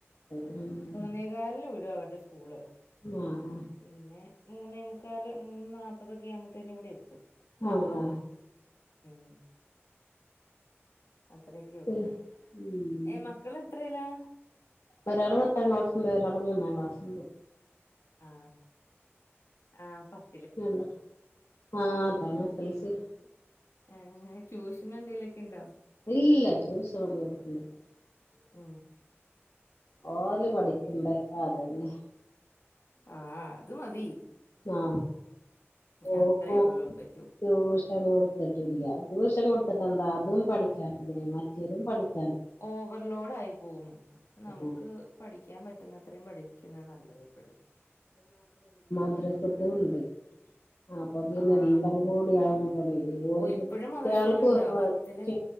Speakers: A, on the left; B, on the left.
A: ഉം
B: മൂന്നേകാലിന് വിട്ട് അതവരുടെ സ്‌ സ്കൂള്
A: ഉം
B: പിന്നെ മൂന്നേമു ക്കാല് മൂന്ന് നാപ്പതൊക്കിയാമത്തേന് ഇവിടെ എത്തും.
A: ആഹാ
B: ഉം അത്രയൊക്കെ ഉള്ളൂ.
A: ഉം
B: ഏഹ് മക്കളെത്രയിലാ?
A: ഒരാള് പത്താം ക്ലാസ്സിസും വെറാൾ മൂന്നാം ക്ലാസ്സുണ്ട്.
B: ആ ആ പത്
A: വേണ്ട ആ അതാണ് എസ് എൽ സിയാ
B: ഏഹ് ട്യൂഷനും എന്തേലൊക്കെ ഇണ്ടോ?
A: ഇല്ലാ ട്യൂഷനൊന്നും കൊടുക്കുന്നില്ല.
B: ആ
A: ഓല് പഠിക്കണ്ടെ അതന്നെ.
B: ആഹാ അത് മതി.
A: ആ ഓക്കും
B: അത്രേ ഉള്ളൂ ഇപ്പൊ
A: ട്യൂഷൻ കൊടുത്തിട്ടില്ല ട്യൂഷൻ കൊടുത്തിട്ടെന്താ അതും പഠിക്കാനല്ലേള്ളെ. <unintelligible>
B: ഓവർലോഡായി പോവും നമുക്ക്
A: ആഹ്
B: പഠിക്കാൻ പറ്റുന്നത്രയും പഠിക്കുന്ന നല്ലത് എപ്പഴും.
A: മദ്രസും സുണ്ട് അപ്പ പിന്നെ
B: ആഹ്
A: എല്ലാം കൂടി ആവുമ്പളെ <unintelligible>
B: ഓ ഇപ്പഴും
A: കുട്ട്യാൾക്കും
B: മദ്രസയിലുണ്ടോ
A: ഒരു റെസ്റ്റ്
B: പത്തില്